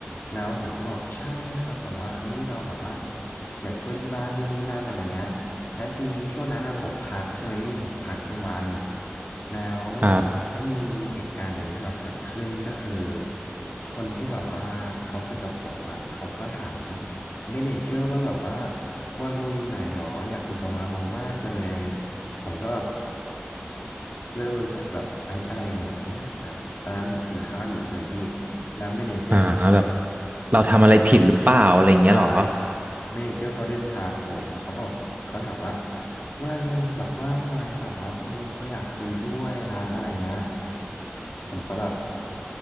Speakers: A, on the left; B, on the right.
A: แล้วผมก็บอกใช่ครับแบบว่าเอ้ยเราแบบว่าอยากช่วยที่บ้านนู่นนี่นั่นอะไรเงี้ยแล้วทีนี้ช่วงนั้นนะผมพักใช่ไหมพี่ผมพักกลางวันแล้ว
B: ครับ
A: ก็มีเหตุการณ์หนึ่งที่แบบเกิดขึ้นก็คือคนที่แบบว่าเขาคุยกับผมอ่ะเขาก็ถาม เมเนเจอร์ว่าแบบว่าวาโลอยู่ไหนหรออยากคุยกับวาโลมากเลยอะไรเงี้ยผมก็แบบเริ่มรู้สึกแบบไอ้ยอะไรยังไงวะเนี่ยแบบตอนนั้นผมกินข้าวอยู่ใช่ไหมพี่แล้วเมเนเจอร์เขาก็
B: อ่าแบบเราทำอะไรผิดหรือเปล่าอะไรอย่างเงี้ยเหรอ
A: ได้เมเนเจอร์เขาเดินมาหาผมเขาบอกว่าเขาถามว่าวาโลแบบว่างไหมแบบว่าคุณลุงเขาอยากคุยด้วยนะอะไรเงี้ยผมก็แบบ